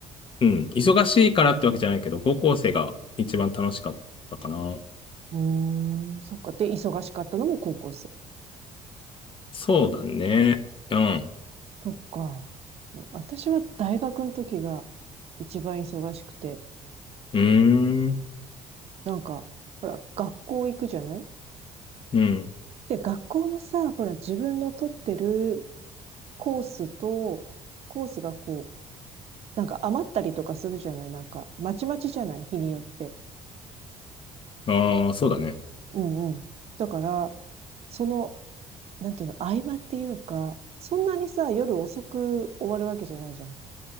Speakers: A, on the left (about 40°); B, on the right (about 50°).
A: うん。忙しいからってわけじゃないけど、高校生が一番楽しかったかな。
B: うーん、そっか。で、忙しかったのも高校生。
A: そうだね。うん。
B: そっか。私は大学の時が一番忙しくて、
A: うーん。
B: なんか、ほら、学校行くじゃない
A: うん。
B: で、学校もさ、ほら、自分の取ってるコースと、コースがこう、なんか余ったりとかするじゃないなんか、まちまちじゃない日によって。
A: ああ、そうだね。
B: うんうん。だから、その、なんていうの、合間っていうか、そんなにさ、夜遅く終わるわけじゃないじゃん。